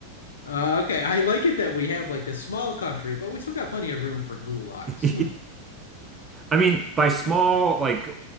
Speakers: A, on the left; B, on the right.
A: uh, okay, I like it that we have like this small country, but we still got plenty of room for gulags.
B: <laughs> I mean, by small,
A: <laughs>
B: like